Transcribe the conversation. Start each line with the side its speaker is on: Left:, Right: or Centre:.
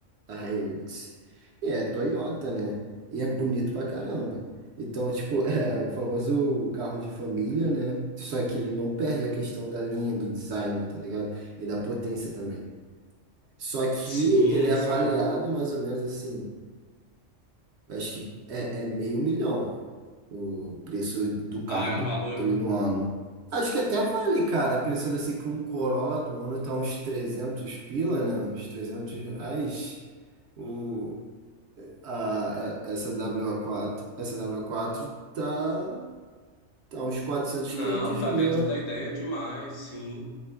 Right: a Hilux, e é Toyota, né? E é bonito pra caramba. Então, tipo, <laughs> é o famoso carro de família, né? Só que ele não perde a questão da linha, do design, tá ligado? E da potência também. Só que
Left: Sim,
Right: ele é avaliado
Left: sim.
Right: mais ou menos assim. Acho que é, é meio milhão o preço do carro
Left: Ah, é
Right: do,
Left: um valor.
Right: ele no ano. Acho que até vale, cara. Pensando assim que um Corolla do ano tá uns 300 pila, né? Uns 300 reais. O, a, a- essa wa quatro essa wa quatro tá, tá uns 400
Left: Não,
Right: 500
Left: tá
Right: mil.
Left: dentro da ideia demais, sim.